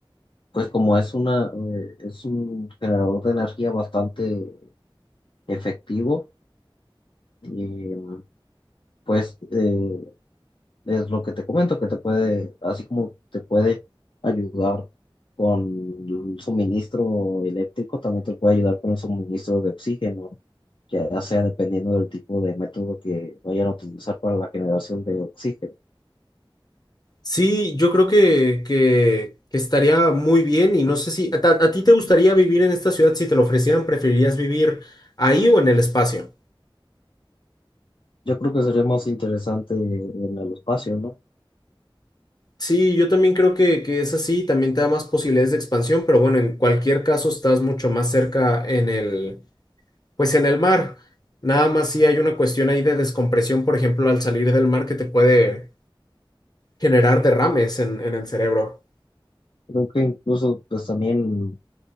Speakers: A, on the left; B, on the left.
A: pues como es una eh, es un generador de energía bastante efectivo eh, pues eh, es lo que te comento, que te puede, así como te puede ayudar con el suministro eléctrico, también te puede ayudar con el suministro de oxígeno, ya sea dependiendo del tipo de método que vayan a utilizar para la generación de oxígeno.
B: Sí, yo creo que, que, que estaría muy bien y no sé si a, ta- a ti te gustaría vivir en esta ciudad, si te lo ofrecieran, ¿preferirías vivir ahí o en el espacio?
A: Yo creo que sería más interesante en el espacio, ¿no?
B: Sí, yo también creo que, que es así, también te da más posibilidades de expansión, pero bueno, en cualquier caso estás mucho más cerca en el, pues en el mar. Nada más si hay una cuestión ahí de descompresión, por ejemplo, al salir del mar que te puede generar derrames en, en el cerebro.
A: Creo que incluso, pues también,